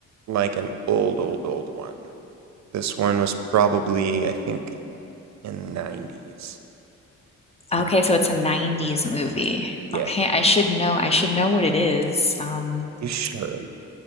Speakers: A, on the right; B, on the left.
A: like an old, old, old one. This one was probably, I think, in the 90s. Okay.
B: Okay, so it's a 90s movie.
A: Yeah,
B: Okay, I should know. I should know what it is. Um,
A: you should.